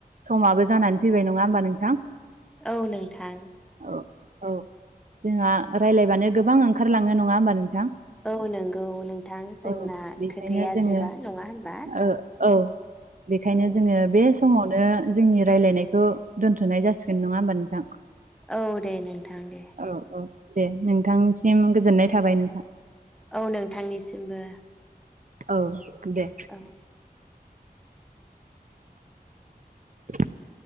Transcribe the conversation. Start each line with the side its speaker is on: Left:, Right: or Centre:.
Right: समाबो जानानै फैबाय, नङा होमबा नोंथां?
Centre: औ नोंथां।
Right: औ औ जोंहा रायलायबानो गोबां ओंखारलांनो, नङा होमबा नोंथां?
Centre: औ नंगौ नोंथां जोंना
Right: औ बेखायनो
Centre: खोथाया
Right: जोङो
Centre: जोबा, नङा होनबा?
Right: ओ औ, बेखायनो
Centre: औ
Right: जोङो बे समावनो जोंनि रायलायनायखौ दोनथ'नाय जासिगोन, नङा होमबा नोंथां?
Centre: औ दे नोंथां दे।
Right: औ औ दे नोंथांसिम गोजोननाय थाबाय नोंथां।
Centre: औ नोंथांनिसिमबो।
Right: औ दे।
Centre: औ
Right: <inaudible>